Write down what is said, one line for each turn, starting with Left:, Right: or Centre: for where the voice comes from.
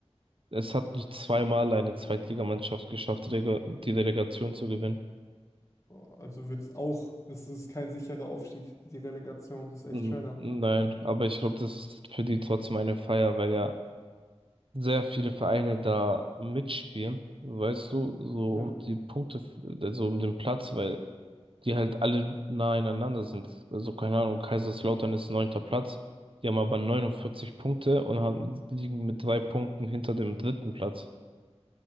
Right: es hat nur zweimal eine Zweitligamannschaft geschafft, Rega- die Relegation zu gewinnen.
Left: Boah, also wird es auch, das ist kein sicherer Aufstieg, die Relegation, das ist echt
Right: N-
Left: schwer dann.
Right: Nein, aber ich glaube, das ist für die trotzdem eine Feier, weil ja sehr viele Vereine da mitspielen, weißt du, so
Left: Ja,
Right: um die Punkte, f- also um den Platz, weil die halt alle nah einander sind. Also keine Ahnung, Kaiserslautern ist neunter Platz. Die haben aber 49 Punkte und haben, liegen mit drei Punkten hinter dem dritten Platz.